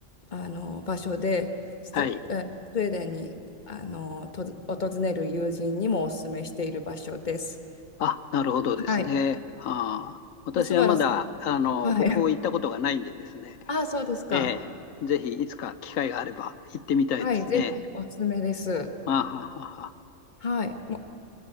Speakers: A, on the left; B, on the left.
A: あの場所で、スト、
B: はい。
A: えースウェーデンにあのと訪れる友人にもお勧めしている場所です。
B: あ、なるほどですね。
A: はい。
B: あー、私はまだあの北欧行ったことがないんでですね。
A: 松原さんは、はい。ああ、そうですか。
B: ええ、ぜひいつか機会があれば行ってみたいですね。
A: はい、ぜひおすすめです。
B: あははは。
A: はい。も